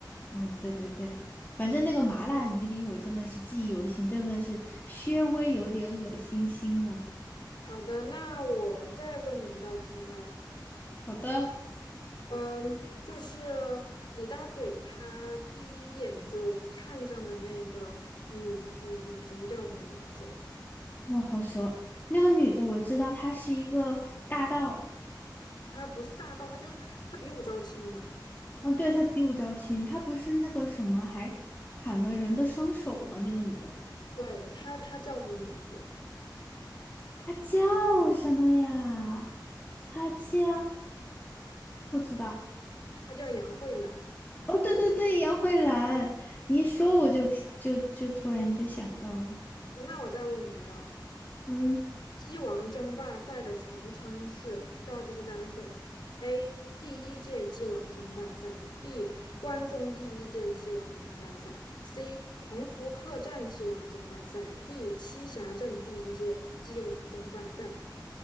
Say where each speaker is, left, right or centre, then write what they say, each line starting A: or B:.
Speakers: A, on the left (about 25°); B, on the left (about 75°).
A: 嗯，对对对。反正那个麻辣鱼丁我真的是记忆犹新，真的是稍微有点恶心心了。
B: 好的，那我再问你一道题吧。
A: 好的，
B: 嗯，就是李大嘴他第一眼就看上的那个女女女生叫什么名字？
A: 哦，好熟。那个女的我知道，她是一个大盗。
B: 她不是大盗，她就是她，她比武招亲嘛。
A: 嗯，对，她比武招亲，她不是那个什么，还砍了人的双手吗？那个女的，
B: 对，她她叫什么名字？
A: 她叫什么呀？她叫不知道。
B: 她叫杨慧兰。
A: 哦，对对对，杨慧兰。你一说我就提就就突然就想到了。
B: 那我再问你一道。
A: 嗯，
B: 鸡王争霸赛的全称是，这道题是单选：A. 第一届鸡王争霸赛；B. 关中第一届鸡王争霸赛；C. 同福客栈鸡王争霸赛；D. 栖霞镇第一届鸡王争霸赛。